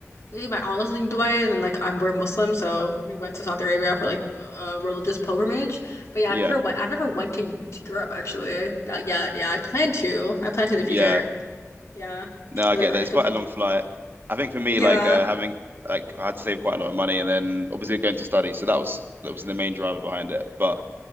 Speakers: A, on the left; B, on the right.
A: Really, My aunt lives in Dubai, and then like I'm we're Muslim, so we went to Saudi Arabia for like a religious pilgrimage. But yeah,
B: Yeah.
A: I've never went. I've never went to to Europe actually. Not yet. Yeah, I plan to. I plan to in the
B: Yeah.
A: future. Yeah,
B: No, I
A: I live.
B: get
A: I
B: that.
A: definitely
B: It's quite a long
A: do.
B: flight. I think for me,
A: Yeah,
B: like uh, having like I had to save quite a lot of money and then obviously going to study. So that was that was the main driver behind it. But